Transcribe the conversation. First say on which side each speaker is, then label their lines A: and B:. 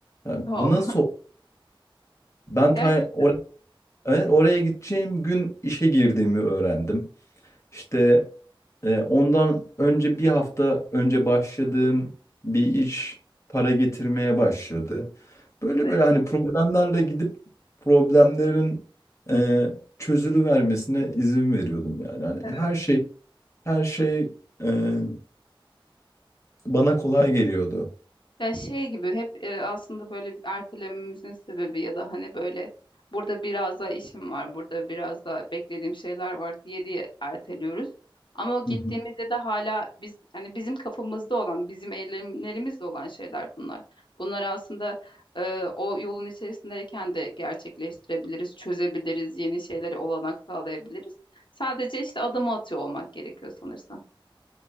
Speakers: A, on the left (about 30°); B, on the left (about 60°).
A: Yani
B: Oh.
A: bu nasıl? Ben
B: <laughs> Gerçekten.
A: Tay- oraya, evet, oraya gideceğim gün işe girdiğimi öğrendim. İşte e, ondan önce bir hafta önce başladığım bir iş para getirmeye başladı. Böyle
B: Evet.
A: böyle hani problemlerle gidip problemlerin e, çözülü vermesine izin veriyordum yani. Hani
B: Evet.
A: her şey her şey e, bana kolay geliyordu.
B: Ya şey gibi hep e, aslında böyle ertelememizin sebebi ya da hani böyle burada biraz daha işim var, burada biraz daha beklediğim şeyler var diye diye erteliyoruz. Ama o gittiğimizde
A: Hı hı.
B: de hala biz hani bizim kafamızda olan, bizim eylemlerimizde olan şeyler bunlar. Bunları aslında e, o yolun içerisindeyken de gerçekleştirebiliriz, çözebiliriz, yeni şeylere olanak sağlayabiliriz. Sadece işte adımı atıyor olmak gerekiyor sanırsam.